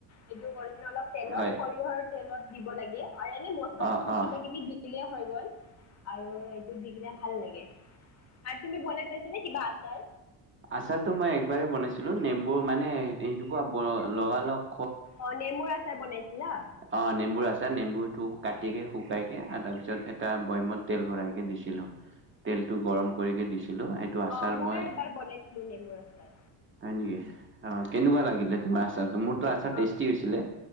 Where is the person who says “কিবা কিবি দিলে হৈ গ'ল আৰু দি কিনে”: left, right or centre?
Left